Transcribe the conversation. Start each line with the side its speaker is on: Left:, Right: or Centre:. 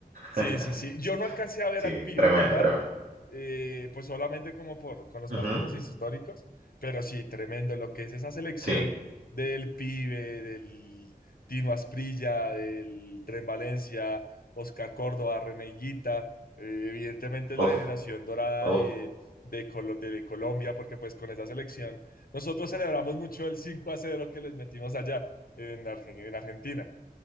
Left: Sí,
Right: <laughs>
Left: sí, sí. Yo no alcancé a ver
Right: Sí,
Left: al pibe
Right: tremendo,
Left: jugar,
Right: tremendo.
Left: eh, pues solamente como por con los
Right: Ujú,
Left: partidos históricos, pero sí, tremendo lo que es esa selección
Right: Sí,
Left: del pibe, del Tino Asprilla, del Tren Valencia, Oscar Córdoba, René Higuita, eh, evidentemente es
Right: uf,
Left: la generación dorada
Right: uf,
Left: de, de, Colo- de Colombia, porque pues con esa selección nosotros celebramos mucho el 5 a cero que les metimos allá en Argen- en Argentina.